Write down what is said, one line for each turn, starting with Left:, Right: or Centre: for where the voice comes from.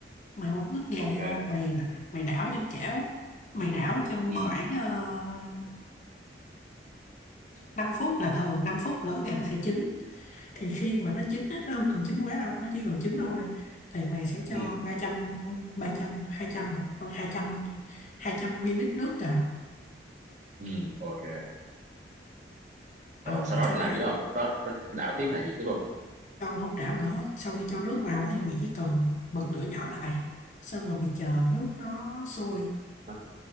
Left: mày quăng ức gà
Right: Ok.
Left: vô mày mày đảo trên chảo mày đảo trong
Right: Ừ.
Left: khoảng uh, 5 phút là thường 5 phút là ức gà nó sẽ chín thì khi mà nó chín á, nó không cần chín quá đâu nó chỉ cần chín thôi thì mày sẽ cho
Right: Ừ.
Left: 300 300 200 hả không 200 thôi 200 ml nước vào
Right: Ừ. Ok.
Left: ừ
Right: Rồi sau
Left: mày
Right: đó
Left: cho
Right: tao
Left: hai
Right: làm gì nữa không? Có có đảo tiếp hay gì tiếp không?
Left: Không, không trảo nữa Sau khi cho nước vào á thì mình chỉ cần bật lửa nhỏ lại Xong rồi mình chờ nước nó sôi
Right: Đó.